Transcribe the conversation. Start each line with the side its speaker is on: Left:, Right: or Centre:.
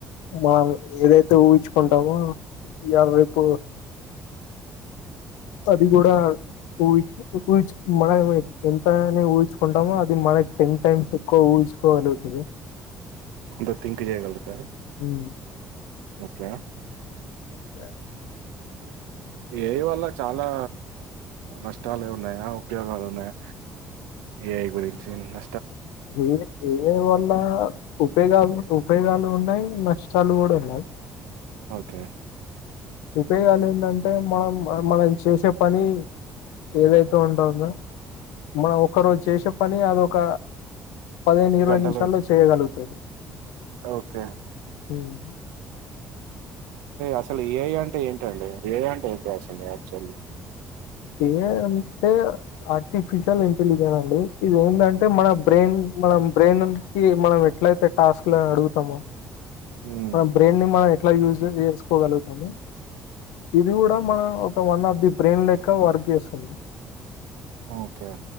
Left: మా ఏదైతే చుయిన్చుకుంటాము ఇయ్యాల రేపు అది కూడా ఊహు ఊహించు మన ఏమ ఎంతని ఊహచుకుంటామో ద మనకి టెన్ టైమ్స్ ఎక్కు ఉహించుకోగలుగుతది
Right: ఏదో తింక్ చేయగలుగుతారా
Left: మ్మ్
Right: ఓకే
Left: ఓకే
Right: ఏ ఐ వల్ల చాల లా నష్టాలే ఉన్నాయా ఉపయోగాలు ఉన్నాయా ఏ ఐ గురించి న
Left: ఏ ఏ వల్ల ఉపయోగాలు ఉపయోగాలు ఉ న్నాయి నష్టాలు కూడ ఉన్నాయ్
Right: ఓకే
Left: ఉపయోగాలు ఏంటంటే మనం మనం చేసే పని ఏదైతే ఉంటుందో మనం ఒక్కరోజు చేసే పని అదొక పదిహేను ఇరవై
Right: గంటలో
Left: నిమిషాల్లో
Right: ఇస్తా.
Left: చేయగలుగుతది
Right: ఓకే
Left: మ్మ్
Right: అసలు ఏ ఐ అంటే ఏంటి ఏ ఐ అంటే ఏంటి అస్సల్ యాక్టియల్లీ
Left: ఏ ఐ అంటే ఆర్టిఫిషియల్ ఇంటెలిజెన్స్ అండి ఇది ఏంటంటే మన బ్రెయిన్ మనం బ్రెయిన్ కి మనం ఎట్లయితే టాస్క్ లు అడుగుతామో
Right: హ్మ్.
Left: మ బ్రెయిన్ ని మన ట్లా యూసేజ్ చేసుకోగలుగుతామో ఇది కూడా మన ఒక వన్ ఆఫ్ ది బ్రెయిన్ లెక్క వర్క్ చేస్తుంది
Right: ఓకే